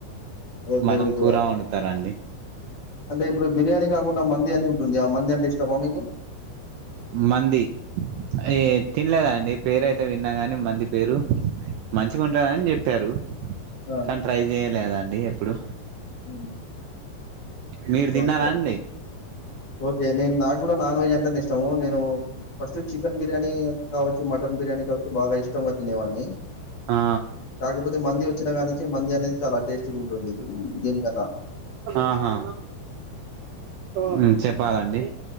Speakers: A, on the left; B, on the right.
A: ఓకే
B: మటన్
A: ఓకే
B: కూర వండుతరండి
A: అంటే ఇప్పుడు బిర్యానీ కాకుండా మండి అని ఉంటుంది ఆ మంది అంటే ఇష్టమా మీకు
B: మండి ఏ తినలేదు అండి పెరు అయితే విన్నా కానీ మండి పేరు
A: హ్మ్.
B: మంచిగా ఉంటదని చెప్పారు
A: ఆ,
B: కానీ ట్రై చేయలేదండి ఎప్పుడు
A: ఉమ్
B: మీరు తిన్నారా
A: ఓకే
B: అండి
A: ఓకే నేను నాకు కూడా నాన్ వెజ్ అంటేనె ఇష్టము నేను ఫస్ట్ చికెన్ బిర్యానీ కావచ్చు మటన్ బిర్యానీ కావచ్చు బాగా ఇష్టంగా తినేవాన్ని
B: ఆ
A: కాకపోతే మండి వచ్చినా కా నుంచి మండి అనేది చాలా టేస్టీగా ఉంటుంది దీనికన్నా
B: ఆహా ఉమ్ చెప్పాలండి